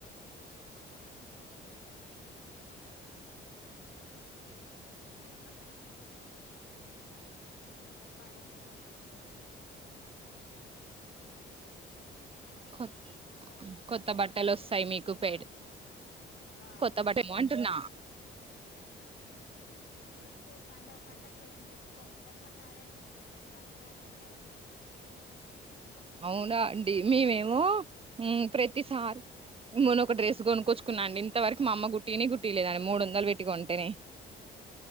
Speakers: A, on the left (about 65°); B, on the right (about 30°).
A: ఆ. ఊ ఇంకా. తేప్పారండి ఏ లేదండి. ఆ
B: కొత్
A: ఇంకా
B: కొత్త బట్టలు వొస్తాయి,
A: ఏం
B: మీకు పేడ్.
A: ఆ
B: కొత్త
A: వస్
B: బట్టలు ఏమో అంటున్న.
A: ఇప్పు పండ పండకి ఏం దిసుకో, ఒక్కసారే దిసుకుంటాం, దసరా దప్ప ఏం తీసుకొం.
B: అవునా అండి, మేమేమో, ఉమ్ ప్రతిసారి. మొన్న ఒక డ్రెస్ గొనుక్కొచ్చుకున్న, అండి ఇంతవరకు, మా అమ్మ గుట్టియనే గుట్టీయలేద, మూడోందలు పెట్టి. టిగోంటేనే.